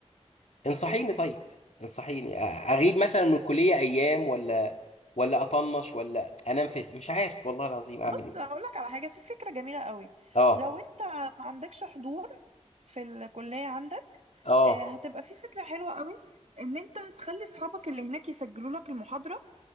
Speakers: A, on the left (about 75°); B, on the right (about 65°).
A: فانصحيني طيب انصحيني أ- اغيب مثلا من الكلية ايام ولا ولا اطنش ولا انام في مش عارف والله العظيم اعمل
B: بص
A: ايه
B: هقول لك على حاجة في فكرة جميلة قوي
A: اه
B: لو انت ما عندكش حضور في الكلية عندك
A: اه
B: آه، هتبقى في فكرة حلوة قوي ان انت تخلي اصحابك اللي هناك يسجلوا لك المحاضرة